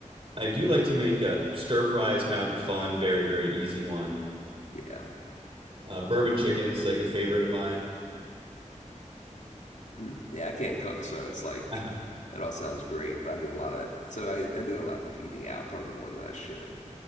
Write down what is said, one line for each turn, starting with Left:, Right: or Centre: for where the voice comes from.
Right: I do like to make a stir fry is kind of like a fun, very, very easy one.
Left: Yeah.
Right: Uh, bourbon chicken's like a favorite of mine.
Left: Mm. Yeah. I can't cook. So it's like,
Right: Uh-huh.
Left: that all sounds great, but I do a lot of, so I, I do a lot of eating out, probably more than I should.